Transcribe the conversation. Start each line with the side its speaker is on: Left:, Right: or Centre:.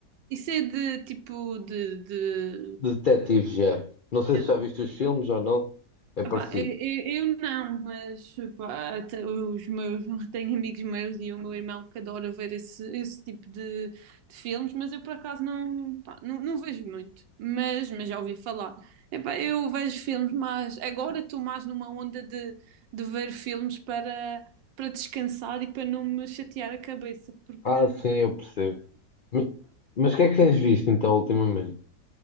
Right: Isso é de tipo de, de
Left: Detetives, já. Não sei
Right: Yeah.
Left: se já viste os filmes ou não, é parecido.
Right: Epá, eu, eu- eu não, mas epá, até os meus, <laughs> tenho amigos meus e o meu irmão que adora ver esse, esse tipo de, de filmes, mas eu por acaso não, pá, não, não vejo muito, mas, mas já ouvi falar. Epá, eu vejo filmes, mas agora estou mais numa onda de, de ver filmes para, para descansar e para não me chatear a cabeça, porque,
Left: Ah, sim, eu percebo. Me- Mas o que é que tens visto então ultimamente?